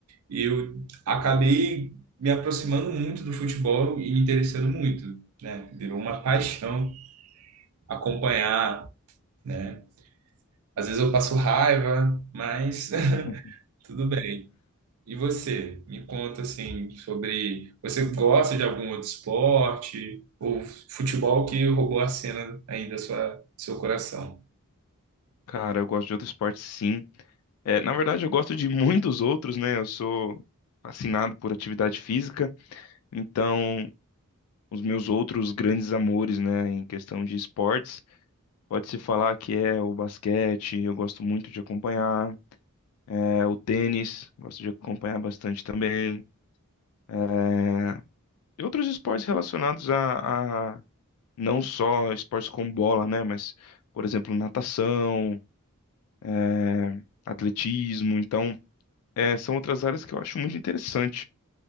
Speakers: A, on the right; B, on the left.
A: eu acabei me aproximando muito do futebol e me interessando muito, né? Virou uma paixão acompanhar, né? Às vezes eu passo raiva, mas <laughs>
B: Uhum.
A: tudo bem. E você? Me conta assim sobre você gosta de algum outro esporte ou futebol que roubou a cena aí da sua seu coração?
B: Cara, eu gosto de outros esportes, sim. É, na verdade, eu gosto de <laughs> muitos outros, né? Eu sou fascinado por atividade física, então os meus outros grandes amores, né, em questão de esportes. Pode-se falar que é o basquete, eu gosto muito de acompanhar, é o tênis, gosto de acompanhar bastante também. É, e outros esportes relacionados a, a não só esportes com bola, né, mas, por exemplo, natação, é, atletismo. Então, é, são outras áreas que eu acho muito interessante.